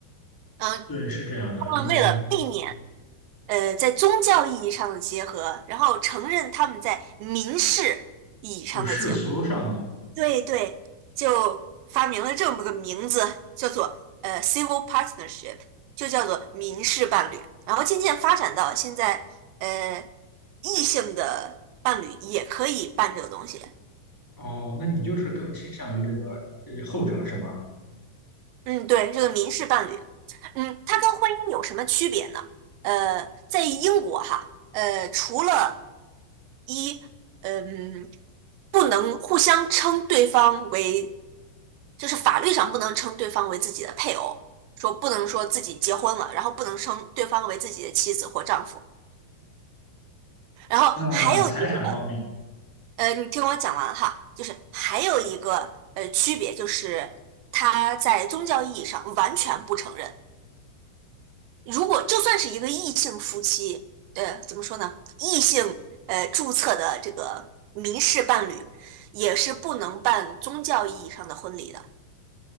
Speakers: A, on the right (about 85°); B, in the centre.
A: 嗯，
B: 对，是这样的，
A: 他们为了避免
B: 因为
A: 呃在宗教意义上的结合，然后承认他们在民事意义上的结合。
B: 就世俗上的。
A: 对对，就发明了这么个名字，叫做呃 civil partnership，就叫做民事伴侣。然后渐渐发展到现在，呃，异性的伴侣也可以办这个东西。
B: 哦，那你就是更倾向于这个呃后者是吗？
A: 嗯，对，这个民事伴侣，嗯，它跟婚姻有什么区别呢？呃，在英国哈，呃，除了一，嗯，不能互相称对方为，就是法律上不能称对方为自己的配偶，说不能说自己结婚了，然后不能称对方为自己的妻子或丈夫，然后还有一个，
B: 那财产方面
A: 呃，你听我讲完哈，就是还有一个呃区别就是，它在宗教意义上完全不承认。如果就算是一个异性夫妻，呃，怎么说呢？异性呃注册的这个民事伴侣，也是不能办宗教意义上的婚礼的。